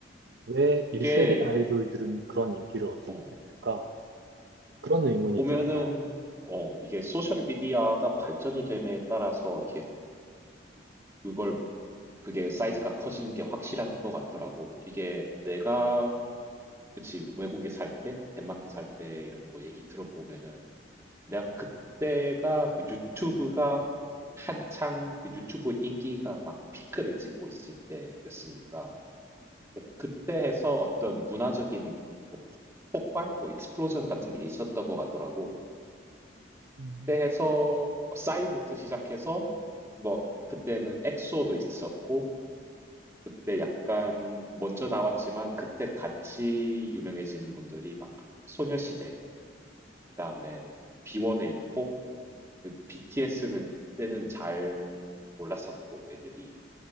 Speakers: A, on the right; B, on the right.
A: 왜
B: 이게
A: 1세대 아이돌들은 그런 인기를 얻지
B: 어
A: 못했을까? 그런 의문이
B: 보면은
A: 들어서.
B: 어 이게 소셜 미디어가 발전이 됨에 따라서 이게 그걸 그게 사이즈가 커진 게 확실한 것 같더라고. 이게 내가 그치 외국에 살 때, 덴마크 살 때 이런 거 얘기 들어보면은 내가 그때가 그 유튜브가 한창 그 유튜브 인기가 막 피크를 찍고 있을 때였으니까 근데 그때 해서 어떤 문화적인 뭐 폭- 폭발, 뭐 익스플로전 같은 게 있었던 것 같더라고.
A: 음,
B: 그때 해서 뭐 싸이부터 시작해서 뭐 그때는 엑소도 있었고 그때 약간 먼저 나왔지만 그때 같이 유명해진 분들이 막 소녀시대 그다음에 뭐 B1A4 그 BTS는 그때는 잘 몰랐었고 애들이.